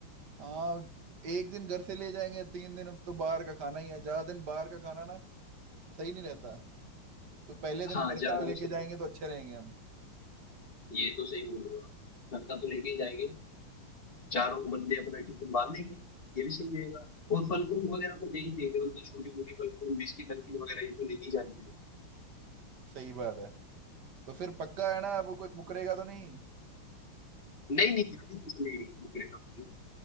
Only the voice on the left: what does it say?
हाँ
ज्यादा
भी सही।
ये तो सही बोल रहे हो आप नलका तो लेके ही जाएंगे चारों बंदे अपना टिफिन बांध लेंगे ये भी सही रहेगा और फल फ्रूट वगैरह तो ले ही लेंगे मतलब छोटी मोटी फल फ्रूट बिस्किट नमकीन वगैरह ये तो ले ही जानी पड़ेगी
नहीं नहीं अभी कुछ नहीं ब्रेकअप नहीं